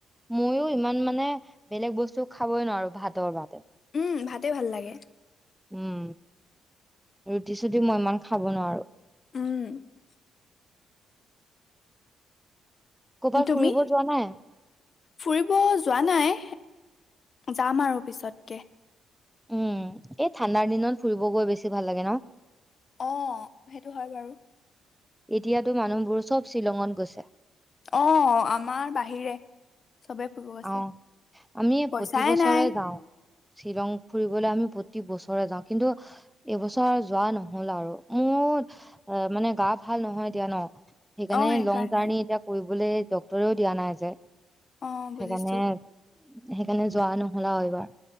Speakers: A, in the centre; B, on the left (about 45°).
A: মইও ইমান মানে বেলেগ বস্তু খাবই নোৱাৰো ভাতৰ বাদে।
B: উম, ভাতে ভাল লাগে।
A: উম ৰুটি চুটি মই ইমান খাব নোৱাৰো।
B: উম।
A: ক'ৰবাত
B: তুমি?
A: ফুৰিব যোৱা নাই
B: ফুৰিব যোৱা নাই। যাম আৰু পিছতকে।
A: উম এই ঠাণ্ডাৰ দিনত ফুৰিব গৈ বেছি ভাল লাগে ন?
B: অ, সেইটো হয় বাৰু।
A: এতিয়াতো মানুহবোৰ চব শ্বিলঙত গৈছে।
B: অ, আমাৰ বাহিৰে চবে ফুৰিব গৈছে।
A: অ। আমি
B: পইচাই
A: প্ৰতিবছৰে
B: নাই
A: যাও। শ্বিলং ফুৰিবলে আমি প্ৰতি বছৰে যাওঁ, কিন্তু এইবছৰ যোৱা নহল আৰু। মোৰ অ মানে গা ভাল নহয় দিয়া, ন? সেইকাৰণে
B: অ', সেইকাৰণে
A: লং জাৰ্ণি এতিয়া কৰিব বোলে ডক্টৰেও দিয়া নাই যে।
B: অ', বুজিছো।
A: সেইকাৰণে সেইকাৰণে যোৱা নহল আৰু এইবাৰ।